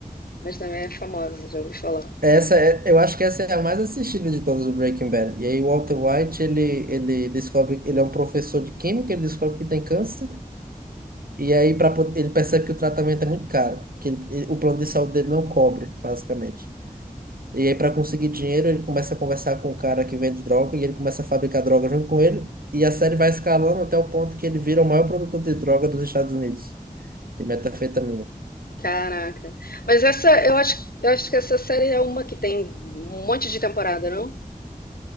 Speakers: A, on the left; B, on the right.
A: mas também é famosa, já ouvi falar.
B: Essa é, eu acho que essa é a mais assistida de todas o Breaking Bad. E aí o Walter White, ele, ele descobre, ele é um professor de química, ele descobre que tem câncer, e aí pra, po- ele percebe que o tratamento é muito caro, que ele- ele- o plano de saúde dele não cobre, basicamente. E aí, para conseguir dinheiro, ele começa a conversar com o cara que vende droga e ele começa a fabricar droga junto com ele. E a série vai escalando até o ponto que ele vira o maior produtor de droga dos Estados Unidos, de metanfetamina.
A: Caraca. Mas essa, eu acho, eu acho que essa série é uma que tem um monte de temporada, não?